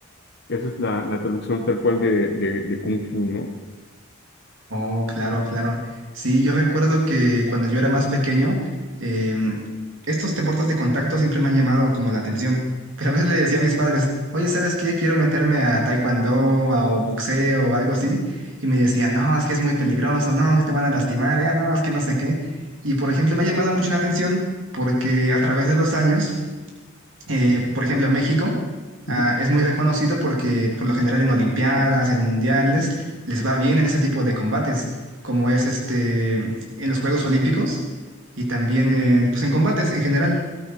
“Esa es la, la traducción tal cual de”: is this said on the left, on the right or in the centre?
Left